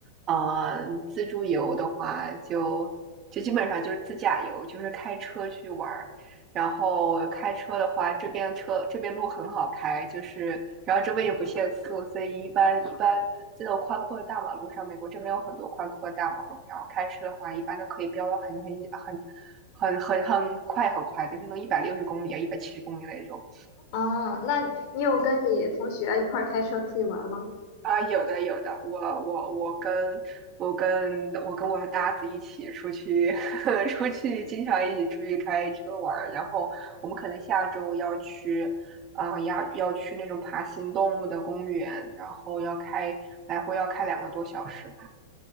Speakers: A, on the right; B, on the left.
A: 呃自助游的话就，就基本上就是自驾游，就是开车去玩。然后开车的话，这边车这边路很好开，就是然后这边也不限速，所以一般一般这种宽阔的大马路上，美国这边有很多宽阔的大马路，然后开车的话，一般都可以飙到很很很很很很快很快，就是能一百六十公里啊，一百七十公里那种。
B: 啊、那你有跟你同学一块儿开车出去玩儿吗？
A: 啊、有的有的，我我我跟我跟我跟我的搭子一起出去，<laughs> 出去经常一起出去开车玩儿，然后我们可能下周要去，嗯、要要去那种爬行动物的公园，然后要开来回要开两个多小时吧，